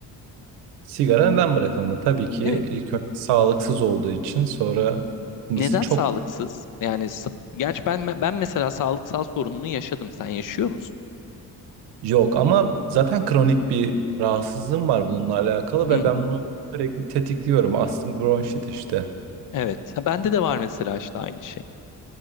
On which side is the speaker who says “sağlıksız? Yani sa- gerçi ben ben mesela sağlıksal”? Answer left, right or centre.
Left